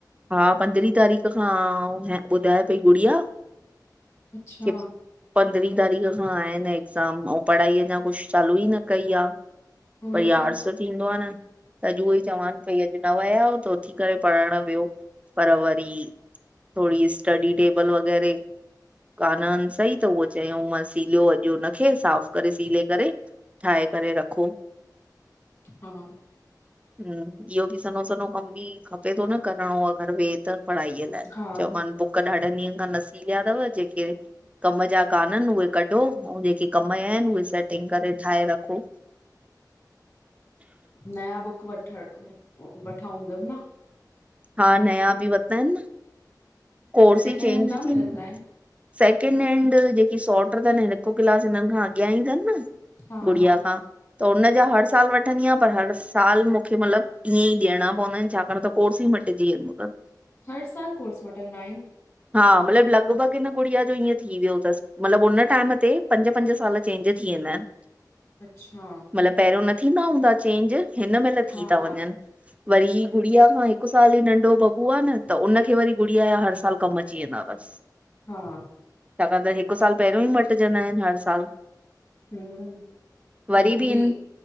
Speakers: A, on the right; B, on the left.
A: हा पंद्रहीं तारीख़ खां ॿुधाए पई गुड़िया
B: अच्छा,
A: क पंद्रहीं तारीख़ खां आहिनि एग्ज़ाम ऐं पढ़ाई अञा कुझु चालू ई न कई आ
B: उहोई
A: तैयार
B: त,
A: सां थींदो आह न, त अॼु उहो ई चवनि पई अॼु न वियायो त उथी करे पढ़णु वयो। पर वरी थोरी स्टडी टेबल वग़ैरह कानन, सही त उअ चयऊं मां सिलयो अॼु हुनखे साफ़ करे सिले करे उनखे। ठाहे करे रखो।
B: हा।
A: हु, इहो बि सन्हो सनो कम बि खपे थो न करणो अगरि वेह त। पढ़ाईअ लाइ
B: हा
A: चयोमानि बुक ॾाढनि ॾींहंनि खां नसीलिया थव जेके कम जा काननि उहे कढो, ऐं जेके कम जा आहिनि उहे सेटिंग करे ठाहे रखो।
B: नयां बुक वठण वठां हूंदन न।
A: हा नया बि वता आहिन न कोर्स
B: सेकेंड
A: ई चेंज
B: हैंड न मिलंदा
A: थी
B: आहिनि
A: सैकेंड हैंड जेकी सॉट थनि हिकु क्लास हिननि खां अॻियां ई थनि न।
B: हा
A: गुड़िया
B: हा
A: खां। त हुन जा हर साल वठंदी आह, पर हर साल मूंखे मतिलब ईअं ई ॾियणा पवंदा आहिन छाकाण त कोर्स ई म ट जी वेंदो थन।
B: हर साल कोर्स मटंदा आहिन।
A: हा मतिलबु लॻभॻि हिन गुड़िया जो ईअं थी वियो थसि। मतिलबु उन टाइम ते पंज, पंज साल चेंज थी वेंदा आहिन
B: अच्छा।
A: मतलब पहिरियों न थींदा हूंदा चेंज, हिन महिल
B: हा
A: थी था
B: हा
A: वञनि। वरी गुड़िया खां हिकु साल ई नंढो बबू आ न त उनखे वरी गुड़िया यां हर साल कमु अची वेंदा थस।
B: हा।
A: छाका त हिकु साल पहिरियों ई मटिजंदा आहिनि, हर साल।
B: हु
A: वरी
B: बुक बि
A: इन